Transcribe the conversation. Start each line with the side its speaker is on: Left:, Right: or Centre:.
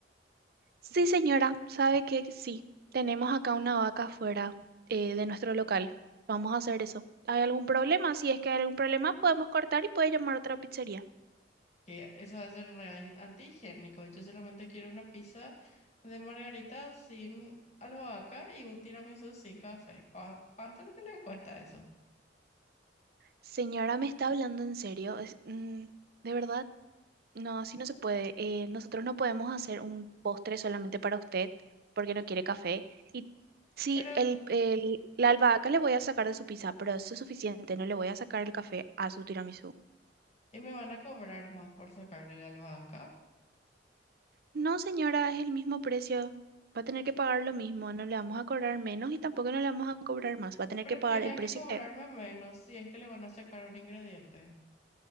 Right: Sí, señora, sabe que sí, tenemos acá una vaca fuera eh, de nuestro local. Vamos a hacer eso. ¿Hay algún problema? Si es que hay algún problema, podemos cortar y puede llamar a otra pizzería.
Left: que eso va a ser re antihigiénico. Yo solamente quiero una pizza de margarita sin albahaca y un tiramisú sin café. ¿Cuá- ¿Cuánto es lo que les cuesta eso?
Right: Señora, ¿me está hablando en serio? Es- mm, de verdad, no, así no se puede. Eh, nosotros no podemos hacer un postre solamente para usted porque no quiere café. Y sí,
Left: Pero, el-
Right: el, el- la albahaca le voy a sacar de su pizza, pero eso es suficiente. No le voy a sacar el café a su tiramisú.
Left: y me van a cobrar más por sacarle la albahaca,
Right: No, señora, es el mismo precio. Va a tener que pagar lo mismo. No le vamos a cobrar menos y tampoco no le vamos a cobrar más. Va a tener
Left: pero
Right: que pagar
Left: tienen
Right: el precio
Left: que cobrarme
Right: que...
Left: menos si es que le van a sacar un ingrediente.